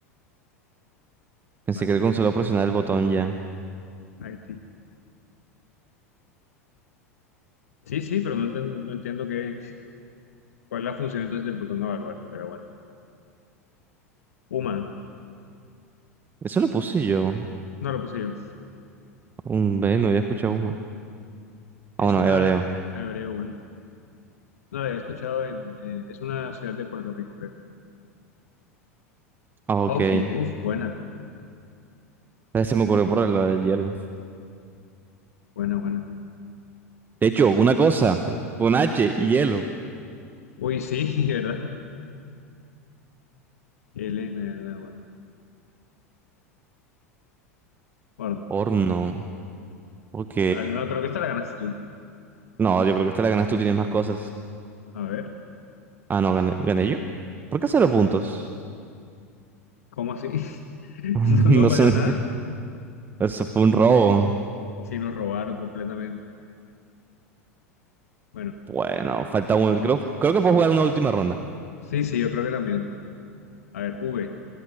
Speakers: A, on the right; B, on the left.
A: Pensé
B: Vale.
A: que con solo presionar el botón ya.
B: Haití. Sí, sí, pero no entiendo, no entiendo qué, cuál es la función entonces del botón evaluar, pero bueno. Uma,
A: Eso lo puse yo.
B: no lo puse yo.
A: Un B, no había escuchado uno.
B: Es
A: Ah, bueno,
B: una
A: hebreo.
B: hebreo, bueno. No la había escuchado en, eh, es una ciudad de Puerto Rico, creo.
A: Ah,
B: Hockey,
A: ok. Eh,
B: uff, buena,
A: Se me ocurrió por lo del hielo.
B: buena, buena.
A: De hecho, una cosa. Con H y hielo.
B: Uy, sí, <laughs> ¿verdad? Elena, ¿verdad? Bueno, bueno.
A: Horno. Ok.
B: A ver, no, creo que esta la ganaste tú.
A: No, yo creo que esta la ganas tú, tienes más cosas.
B: A ver,
A: Ah, no, gané, ¿gané yo? ¿Por qué cero puntos?
B: ¿cómo así? <laughs>
A: <laughs>
B: No, no
A: No
B: valió
A: sé,
B: nada,
A: eso fue un robo.
B: sí nos robaron completamente. Bueno,
A: Bueno, falta uno. Creo, creo que puedo jugar una última ronda.
B: sí, sí, yo creo que también. A ver, V.